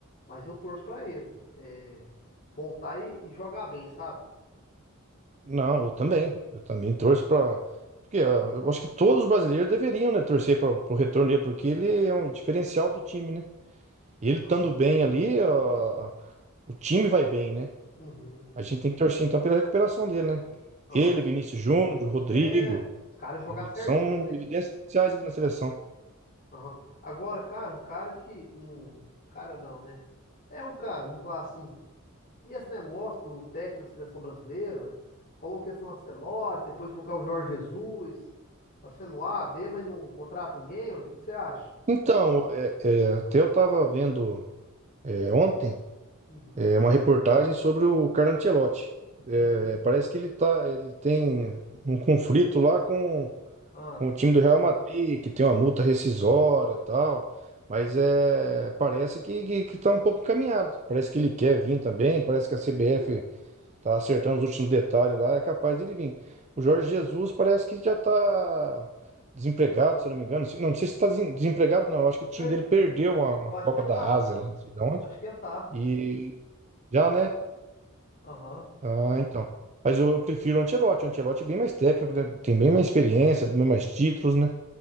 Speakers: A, on the left; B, on the right.
A: Mas eu torço pra ele é, voltar e, e jogar bem, sabe?
B: Não, eu também. Eu também torço para. Porque ah, eu acho que todos os brasileiros deveriam, né, torcer para o retorno dele,
A: Uhum,
B: porque ele é um diferencial do time, né? Ele estando
A: aham,
B: bem ali, ah, o time vai bem, né?
A: uhum,
B: A gente tem que torcer então pela recuperação dele, né?
A: aham.
B: Ele, Vinícius Júnior, Rodrigo,
A: É, os caras jogar certinho,
B: são
A: né?
B: evidenciais ali na seleção.
A: Aham. Agora, cara, um cara que. Um cara não, né? É um cara, vamos falar assim. E esse negócio do técnico da seleção brasileira, ué, falou que ia ser um Ancelotti, depois colocar o Jorge Jesus. Tá sendo A, B, mas não contrata ninguém, ué. O que que você acha?
B: Então, é- é, até eu estava vendo é, ontem
A: Uhum,
B: é, uma reportagem sobre o Carlo Ancelotti. É,
A: uhum.
B: parece que ele tá, ele tem um conflito lá com,
A: Ah,
B: com o time do Real Madrid, que tem uma multa rescisória e tal. Mas é, parece que, que, que tá um pouco encaminhado. Parece que ele quer vir também, parece que a CBF Tá acertando os últimos detalhes lá, é capaz dele vir. O Jorge
A: uhum.
B: Jesus parece que já tá desempregado, se eu não me engano. Não, não sei se tá desem- desempregado, não. Eu acho que o time
A: Não, ele-
B: dele perdeu uma, uma
A: eu acho
B: Copa
A: que ele
B: da
A: tá.
B: Ásia, lá, não sei de onde.
A: Acho que ele tá.
B: E já, né?
A: Aham.
B: Ah, então. Mas eu, eu prefiro o Ancelotti. O Ancelotti é bem mais técnico, né? Tem bem mais experiência, bem mais títulos, né?